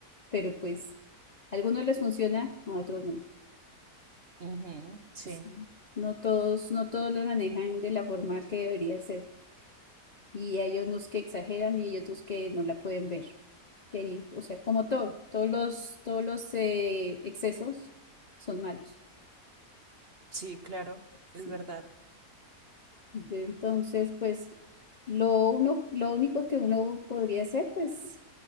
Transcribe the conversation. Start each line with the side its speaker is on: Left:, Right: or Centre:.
Left: Pero pues, a algunos les funciona, a otros no.
Right: ujú, sí,
Left: Sí. No todos, no todos lo manejan de la forma que debería ser. Y hay unos que exageran y hay otros que no la pueden ver. Que ahí, o sea, como todo, todos los, todos los eh, excesos son malos.
Right: sí, claro, es
Left: Sí.
Right: verdad.
Left: Entonces, pues lo uno, lo único que uno podría hacer, pues,